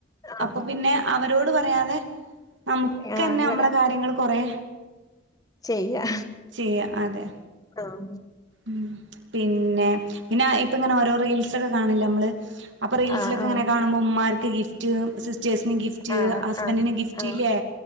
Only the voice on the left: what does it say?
ആഹ്
ആഹ് ഇവിടെ
ചെയ്യാ
ആഹ്
ആ, ആ,
ആ,
ആ,
ആ,